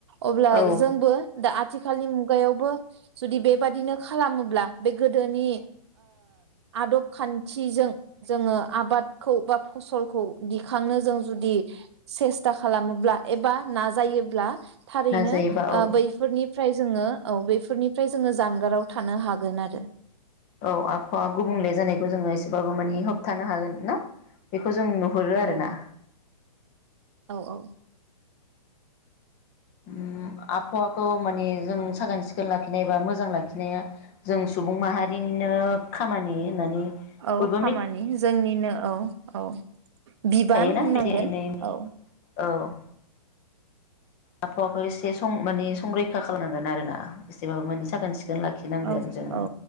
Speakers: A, on the right; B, on the left.
A: अब्ला
B: औ
A: जोंबो दा। थि खालनि। खुगायावबो जुदि बेबादिनो खालामोब्ला बे गोदोनि आदब खान्थिजों जोङो आबादखौ बा फसलखौ दिखांनो जों जुदि सेस्था खालामोब्ला एबा नाजायो। थारैनो
B: नाजायोबा
A: ओ
B: औ
A: बैफोरनि फ्राय जोंङो औ बेफोरनिफ्राय जोंङो जानगाराव थानो हागोन आरो।
B: औ आफहावा गुबुंले जानायखौ जोंङो एसे जोबाबा मानि होबथानो हागोन ना बेखौ? जों नुहुरो आरोना
A: औ औ औ
B: मुं आबहावाखौ माने जों साखोन सिखोन लाखिनाय बा मोजां लाखिनाया जों सुबुं माहारिनिनो खामानि होननानै
A: औ
B: बयबो
A: खामानि जोंनिनो औ औ बिबान
B: मिथिखायोना
A: होननांगोन
B: बे एनै एनै
A: औ
B: औ आबहावाखौ एसे सं माने संरैखा खालामनांगोन आरोना एसे बाबो मोने सागोन सिखो लाखिनांगोन
A: औ
B: जोङो।
A: औ